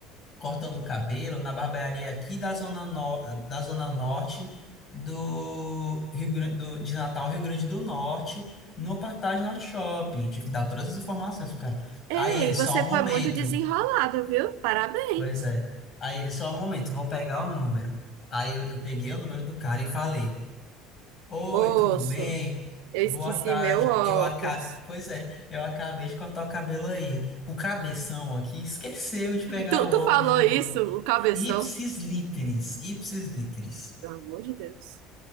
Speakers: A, on the left; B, on the right.
A: cortando o cabelo na barbearia aqui da zona, no- da zona norte do Rio Grande do, de Natal, Rio Grande do Norte, no Partage Norte Shopping. Tive que dar todas as informações pro cara.
B: Ei,
A: Aí ele, só
B: você
A: um momento.
B: foi muito desenrolado, viu? Parabéns.
A: Pois é. Aí ele, só um momento, vou pegar o número. Aí eu, eu peguei o número do cara e falei. Oi,
B: Moço,
A: tudo bem?
B: eu
A: Boa
B: esqueci
A: tarde.
B: meu óculos.
A: Eu acabei, pois é, eu acabei de cortar o cabelo aí. O cabeção aqui esqueceu de pegar
B: Tu,
A: o óculos
B: tu falou
A: de volta.
B: isso, o cabeção?
A: Ipsis literis, ipsis literis.
B: Pelo amor de Deus.